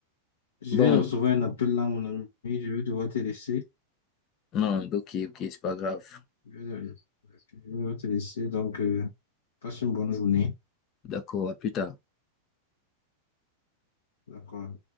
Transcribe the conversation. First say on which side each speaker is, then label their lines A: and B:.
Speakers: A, on the left; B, on the left.
A: je
B: Bon,
A: viens de recevoir un appel là, mon ami. Je vais devoir te laisser.
B: non, ok, ok, c'est pas grave.
A: Je vais devoir je vais devoir te laisser. Donc, euh, passe une bonne journée.
B: D'accord, à plus tard.
A: D'accord.